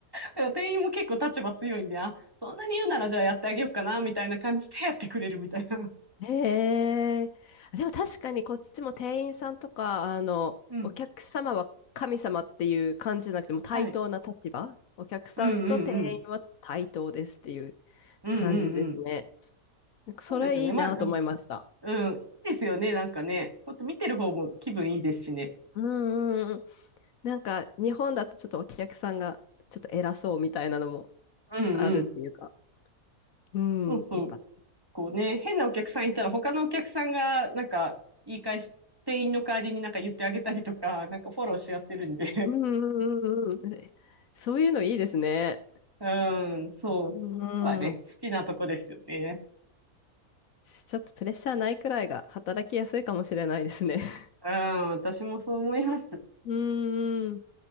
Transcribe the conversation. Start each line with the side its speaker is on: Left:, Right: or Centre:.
Right: ら店員も結構立場強いんで、あ、そんなに言うならじゃあやってあげようかな、みたいな感じでやってくれるみたいな。
Left: へえ。でも確かにこっちも店員さんとか、あの、
Right: うん。
Left: お客様は神様っていう感じじゃなくてもう対等な立場。
Right: はい。
Left: お客さんと店員は対等ですっていう
Right: うんうんうん。うんうんうん。
Left: 感じですね。なんかそれいいなと思いました。
Right: そうですよね。まあ、うん。うんいいですよね。なんかね。こうやって見てる方も気分いいですしね。
Left: うんうんうん。なんか日本だとちょっとお客さんがちょっと偉そうみたいなのも
Right: うんうん。
Left: あるっていうか。うん、
Right: そうそう。
Left: やっぱ。
Right: こうね、変なお客さんいたら他のお客さんが、なんか、言い返し、店員の代わりになんか言ってあげたりとか、なんかフォローし合ってるんで
Left: うんうんうんうん。そういうのいいですね。
Right: うん、そう。
Left: う
Right: <laughs> そこはね、
Left: ん
Right: 好きなとこですよね。
Left: ちょっとプレッシャーないくらいが働きやすいかもしれないですね。<laughs>
Right: うん、私もそう思います。
Left: うんん。